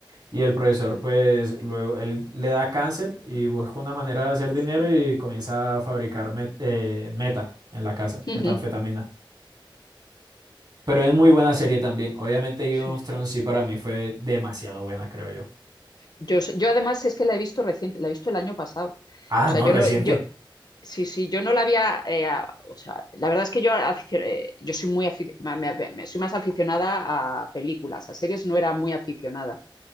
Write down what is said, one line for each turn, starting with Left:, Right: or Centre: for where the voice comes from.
Right: Y el profesor, pues luego, él le da cáncer y busca una manera de hacer dinero y comienza a fabricar met- eh, meta en la casa,
Left: <laughs> Ujú,
Right: metanfetamina. Pero es muy buena serie también. Obviamente
Left: Sí.
Right: Game of Thrones sí para mí fue demasiado buena, creo yo.
Left: Yo, s- yo además es que la he visto reciente, la he visto el año pasado. O
Right: Ah,
Left: sea,
Right: no,
Left: yo
Right: reciente.
Left: no, yo, sí, sí, yo no la había, eh, a- o sea, la verdad es que yo, aficio- eh, yo soy muy, afi- ma- me- me- soy más aficionada a películas, a series no era muy aficionada.